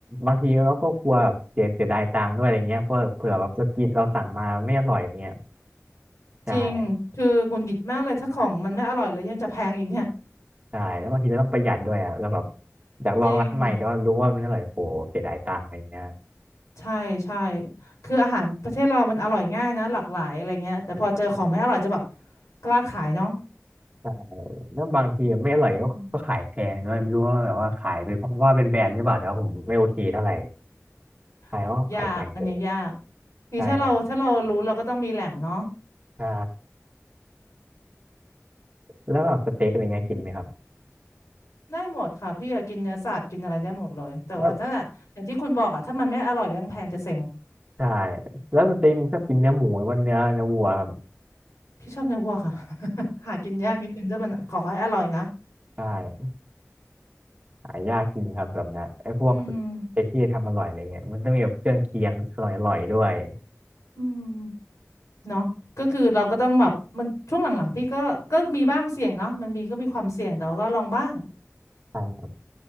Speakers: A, on the right; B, on the left.
A: บางทีเราก็กลัวแบบเสียเสียดายตังค์ด้วยอะไรเงี้ยเพราะเผื่อแบบเรากินเราสั่งมาไม่อร่อยเงี้ยใช่
B: จริงคือหงุดหงิดมากเลยถ้าของมันไม่อร่อยแล้วยังจะแพงอีกเนี่ย
A: ใช่แล้วบางทีเราต้องประหยัดด้วยอ่ะเราแบบอยากลองร้านใหม่แต่ว่ารู้ว่ามันไม่อร่อยโหเสียดายตังค์อะไรเงี้ย
B: จริงใช่ใช่คืออาหารประเทศเรามันอร่อยง่ายนะหลากหลายอะไรเงี้ยแต่พอเจอของไม่อร่อยจะแบบกล้าขายเนาะ
A: ใช่แล้วบางทีไม่อร่อยก็ก็ขายแพงด้วยไม่รู้ว่าแบบว่าขายไปเพราะว่าเป็นแบรนด์หรือเปล่าแต่ว่าผมไม่โอเคเท่าไหร่
B: อืม
A: ใช่เพราะว่าขายแพงเกิน
B: <laughs> ยากอันเนี้ยยาก นี่ถ้าเราถ้าเรารู้เราก็ต้องมีแหล่งเนาะ
A: ใช่ครับใช่แล้วแบบสเต็กอะไรเงี้ยกินไหมครับ
B: อืมได้หมดค่ะพี่อยากกินเนื้อสัตว์กินอะไรได้หมดเลยแต่ว่าถ้าอย่างที่คุณบอกอะถ้ามันไม่อร่อยเรื่องแพงจะเซ็ง
A: แล้วใช่แล้วสเต็กมีชอบกินเนื้อหมูหรือว่าเนื้อเนื้อวัวครับ
B: พี่ชอบเนื้อวัวค่ะ <laughs> หากินยากนิดนึงถ้ามันขอให้อร่อยนะ
A: <laughs> ใช่ หายากจริงครับแบบเนี้ยไอ้พวกสเปกที่ทำอร่อยอะไรเงี้ยมันต้องมีแบบเครื่องเคียงอร่อยๆด้วย
B: อืมอืมเนาะก็คือเราก็ต้องแบบมันช่วงหลังๆพี่ก็ก็มีบ้างเสี่ยงเนาะมันมีก็มีความเสี่ยงแต่ว่าก็ลองบ้าง
A: ใช่ครับ